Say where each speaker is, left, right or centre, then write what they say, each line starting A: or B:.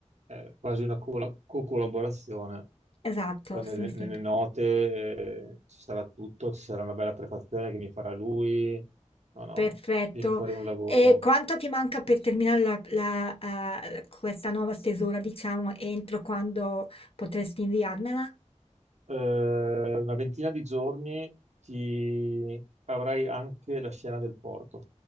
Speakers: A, on the right (about 65°); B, on the left (about 50°).
A: è quasi una cola- co-collaborazione.
B: Esatto,
A: Poi
B: sì,
A: nelle,
B: sì.
A: nelle note eh, ci sarà tutto, ci sarà una bella prefazione che mi farà lui. No, no,
B: Perfetto.
A: viene fuori un lavoro.
B: E quanto ti manca per terminare la- la, eh, questa nuova stesura, diciamo, entro quando potresti inviarmela?
A: Eh, una ventina di giorni ti avrai anche la scena del porto.